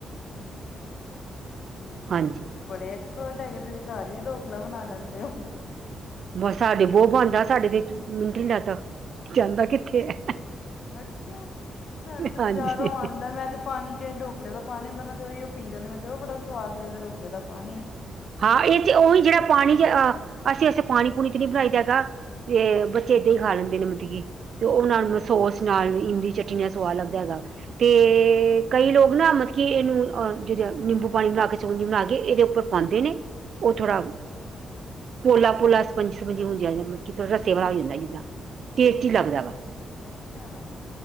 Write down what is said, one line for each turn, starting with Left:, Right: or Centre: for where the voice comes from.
Left: ਠੀਕ ਹੈ ਠੀਕ
Right: ਹਾਂਜੀ
Left: ਤੁਸੀ ਤੇ ਬੜੇ ਐਕਸਪਰਟ ਹੈਗੇ ਤੁਸੀ ਘਰ ਹੀ ਢੋਕਲਾ ਬਣਾ ਲੈਂਦੇ ਉਹ <inaudible>
Right: ਬ ਸਾਡੇ ਬਹੁਤ ਬਣਦਾ ਸਾਡੇ ਤੇ ਮਿੰਟ ਨੀ ਲਗਦਾ ਜਾਂਦਾ ਕਿੱਥੇ ਹੈ।
Left: ਅੱਛਾ ਸਾਡਾ ਤੇ
Right: ਹਾਂਜੀ
Left: ਬਾਜ਼ਾਰੋਂ ਆਂਦਾ ਮੈਂ ਤੇ ਪਾਣੀ ਜਿਹੜੇ ਢੋਕਲੇ ਦਾ ਪਾਣੀ ਹੁੰਦਾ ਮੈਂ ਤੇ ਉਹੀਓ ਪੀ ਜਾਂਦੀ ਮੈਂਨੁ ਤੇ ਉਹ ਬੜਾ ਸਵਾਦ ਲੱਗਦਾ ਢੋਕਲੇ ਦਾ ਪਾਣੀ।
Right: ਹਾਂ ਇਹ ਤੇ ਉਹੀ ਜਿਹੜਾ ਪਾਣੀ ਜ ਅ ਅਸੀਂ ਅਸ ਪਾਣੀ ਪੂਣੀ ਤੇ ਨਹੀਂ ਬਣਾਈ ਦਾ ਹੈਗਾ। ਤੇ ਬੱਚੇ
Left: ਹਾਂਜੀ
Right: ਏਦਾਂ ਹੀ ਖਾ ਲੈਂਦੇ ਨੇ ਮਤਲਬ ਕੀ ਤੇ ਉਹਨਾਂ ਨੁ ਸੋਸ ਨਾਲ, ਇਮਲੀ ਚਟ <unintelligible> ਸਵਾਦ ਲੱਗਦਾ ਹੈਗਾ। ਤੇ ਕਈ ਲੋਗ ਨਾ ਮਤਲਬ ਕਿ ਇਹਨੂੰ ਜਿਦ ਨਿੰਬੂ ਪਾਣੀ ਬਣਾ ਕੇ ਚੋਗਂਜੀ ਬਣਾ ਕੇ ਇਹਦੇ ਉੱਪਰ ਪਾਂਦੇ ਨੇ ਉਹ ਥੋੜਾ
Left: ਅੱਛਾ
Right: ਪੋਲਾ
Left: ਠੀਕ
Right: ਪੋਲਾ, ਸਪੰਜੀ ਸਪੰਜੀ ਹੁੰਦੀਆਂ ਮਤਲਬ ਥੋੜਾ ਸੇਵਲਾ
Left: ਠੀਕ
Right: <unintelligible> ਹੋ ਜਾਂਦਾ ਜਿੱਦਾਂ
Left: ਹੈ
Right: ਟੇਸਟੀ ਲੱਗਦਾ ਵਾ।
Left: ਅੱਛਾ